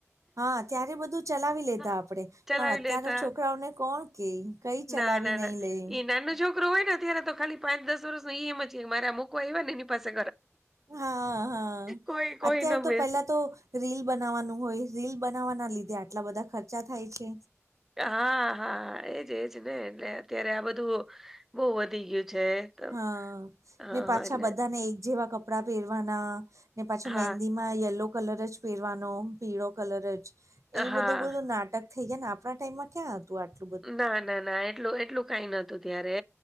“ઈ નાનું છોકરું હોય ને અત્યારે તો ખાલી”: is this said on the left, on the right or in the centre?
Centre